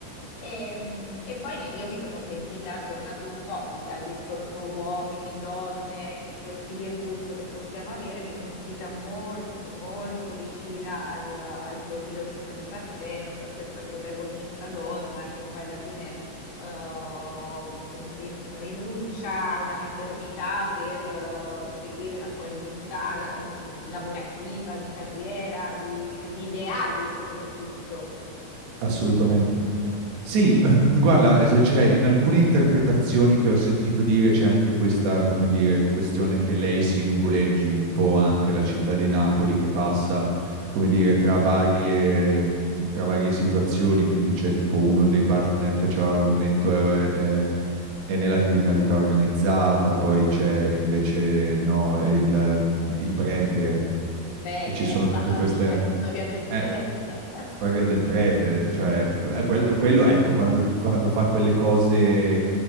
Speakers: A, on the left (about 80°); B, on the right (about 80°).
A: E, mm, e poi io mi sono sentita, tornando un po' mm, al discorso uomini, donne, i profili appunto che possiamo avere, mi sono sentita molto, molto vicina al, al profilo insomma di Partenope, a questa protagonista donna che poi alla fine eh, rin- rinuncia a una maternità per eh, seguire la sua libertà eh, lavorativa, di carriera, di di ideali soprattutto.
B: Assolutamente. Sì, <clears throat> guarda, eh, cioè, in alcune interpretazioni che ho sentito dire c'è anche questa, come dire, questione che lei simboleggi un po' anche la città di Napoli che passa, come dire, tra varie, mh, tra varie situazioni, quindi c'è tipo uno dei partner che c'ha al momento è, è- è nella criminalità organizzata, poi c'è invece no, il, mh, il prete
A: Il prete,
B: e ci sono
A: mamma
B: tutte queste...
A: mia, la storia del
B: eh,
A: prete. <laughs>
B: Storia del prete, cioè, eh, eh, quel- quello, ecco, quando, quando fa quelle cose,